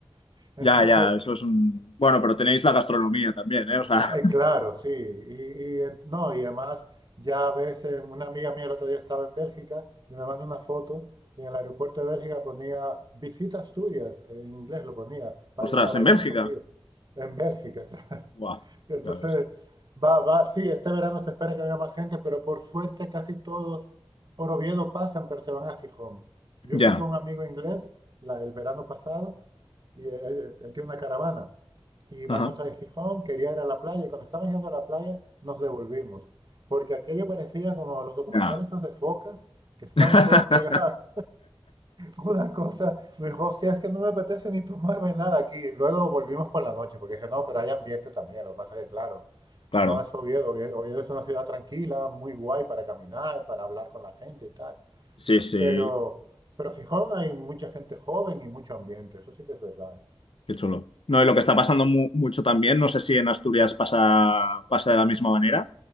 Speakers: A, on the right; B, on the left.
A: <laughs> Entonces,
B: ya, ya, eso es un... Bueno, pero tenéis la gastronomía también, ¿eh? O sea,
A: eh, eh, claro, sí. Y, y, eh, no, y además, ya a veces, una amiga mía el otro día estaba en Bélgica y me mandó una foto y en el aeropuerto de Bélgica ponía visita Asturias, en inglés lo ponía,
B: <laughs>
A: para
B: ostras,
A: el paraíso
B: en Bélgica.
A: escondido, en Bélgica, <laughs> claro.
B: Guau,
A: Entonces,
B: ya ves.
A: va, va, sí, este verano se espera que haya más gente, pero por suerte casi todos por Oviedo pasan, pero se van a Gijón. Yo
B: Ya,
A: fui con un amigo inglés la- el verano pasado y él, él- él tiene una caravana. Y vamos
B: ajá,
A: a Gijón, quería ir a la playa y cuando estábamos yendo a la playa nos devolvimos. Porque aquello parecía como los documentales
B: ya.
A: esos de focas que están
B: <laughs>
A: todas <laughs> pegadas una cosa, me dijo, hostia, es que no me apetece ni tomarme nada aquí. Luego volvimos por la noche, porque dije, no, pero hay ambiente también. Lo que pasa es que, claro,
B: Claro,
A: no es Oviedo. Oviedo, Oviedo es una ciudad tranquila, muy guay para caminar, para hablar con la gente y tal.
B: sí, sí,
A: Pero, pero Gijón hay mucha gente joven y mucho ambiente, eso sí que es verdad. ¿eh?
B: qué chulo. No, y lo que está pasando mu- mucho también, no sé si en Asturias pasa, pasa de la misma manera,